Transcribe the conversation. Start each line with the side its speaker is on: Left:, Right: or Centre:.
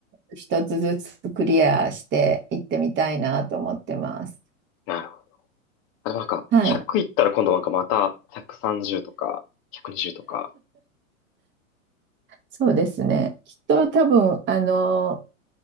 Right: 一つずつクリアして行ってみたいなと思ってます。
Left: なるほど。あ、でもなんか、
Right: はい。
Left: 100いったら今度なんかまた130とか、120とか、
Right: そうですね。きっと多分、あの、